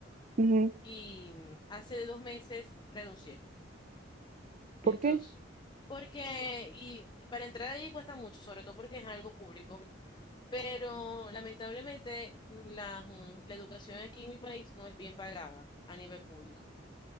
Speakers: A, on the right; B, on the left.
A: ujú.
B: y mm, hace dos meses renuncié.
A: ¿Por
B: Entonces,
A: qué?
B: porque, y para entrar ahí cuesta mucho, sobre todo porque es algo público, pero lamentablemente la, mm, la educación aquí en mi país no es bien pagada a nivel público.